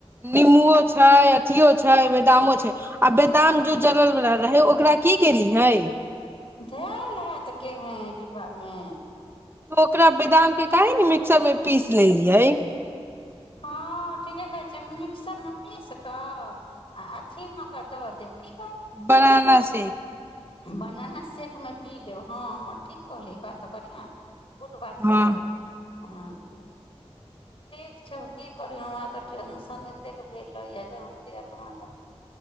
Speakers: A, on the right; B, on the left.
A: नीमबुओ छै अथियौ छै छै बदामो छै आ बदाम जो जलल वला रहै ओकरा की केलियै
B: धेऽल हाएत केहें डिब्बामे
A: तो ओकरा बादाम के काहे ने मिक्सरमे पीस लेलियै
B: हँ ठीके कहै छै मिक्सरमे पीस कऽ आ अथीमे कऽ दऽ देब की
A: बनाना सेख
B: बनान से सेेक मे पी लेब हँ हँ ठीक कहलियै ई बात तऽ बढ़ियाँ गुड बात
A: हँ
B: कहलियै हँ ठीक छै की करी हमरा तऽ टेंशन एतेक भेल रहैय या जे हमरे अत्मा जानै